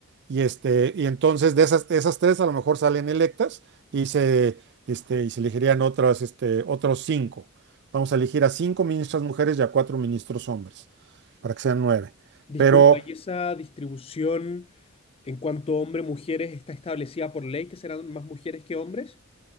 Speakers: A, on the right (about 55°); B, on the left (about 30°).
A: y, este, y entonces de esas, de esas tres a lo mejor salen electas y se, este, y se elegirían otras, este, otros cinco. Vamos a elegir a cinco ministras mujeres y a cuatro ministros hombres, para que sean nueve.
B: Disculpa,
A: Pero
B: ¿y esa distribución en cuanto a hombres-mujeres está establecida por ley que serán más mujeres que hombres?